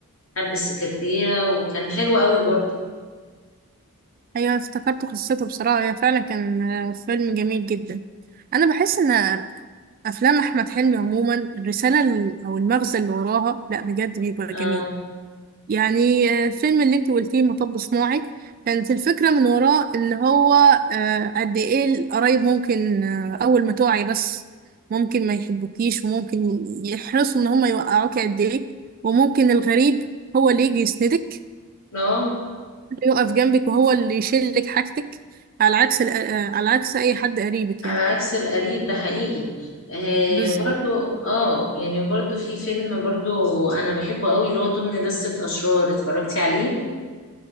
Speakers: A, on the left; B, on the right.
A: حب السكرتيرة وكان حلو قوي برضه
B: ايوه افتكرت قصته بصراحة هي فعلا كان آه، فيلم جميل جدا انا بحس ان افلام احمد حلمي عموما الرسالة ال- او المغزى اللي وراها لا بجد بيبقى جميل
A: اه
B: يعني آه، الفيلم اللي انت قلتيه مطب صناعي كانت الفكرة من وراه ان هو آه، قد ايه القرايب ممكن آه، اول ما توعي بس ممكن ما يحبوكيش وممكن يحرصوا ان هم يوقعوك قد ايه وممكن الغريب هو اللي يجي يسندك
A: اه
B: اللي يقف جنبك وهو اللي يشيلك حاجتك على عكس ال- آه، على عكس اي حد قريبك
A: عكس
B: يعني
A: القريب ده حقيقي آه
B: بس
A: وبرضه اه يعني وبرضه في فيلم برضه أنا بحبه قوي اللي هو توم ندسة أشرار اتفرجتي عليه